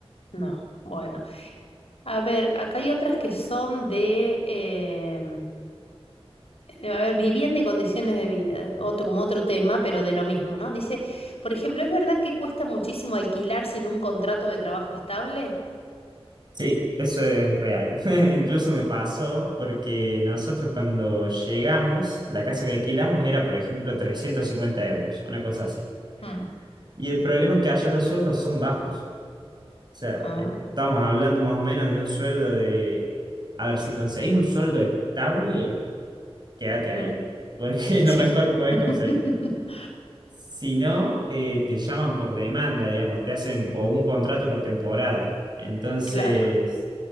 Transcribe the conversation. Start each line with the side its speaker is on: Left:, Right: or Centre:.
Left: no, bueno. A ver, acá hay otras que son de, eh, de- a ver, vivienda y condiciones de vida, otro, como otro tema, pero de lo mismo, ¿no? Dice, por ejemplo, ¿es verdad que cuesta muchísimo alquilar sin un contrato de trabajo estable?
Right: Sí, eso es real. <laughs> Incluso me pasó porque nosotros cuando llegamos, la casa que alquilamos era, por ejemplo, 350 euros, una cosa así.
Left: Mm.
Right: Y el problema es que allá los sueldos son bajos. O sea,
Left: Ah,
Right: estamos hablando más o menos de un sueldo de... A ver, si conseguís un sueldo estable, quédate ahí,
Left: mm.
Right: porque <laughs> es lo
Left: Sí,
Right: mejor que podés
Left: <laughs>
Right: conseguir. Si no, eh, te llaman por demanda, digamos, te hacen o un contrato por temporada. Entonces,
Left: claro.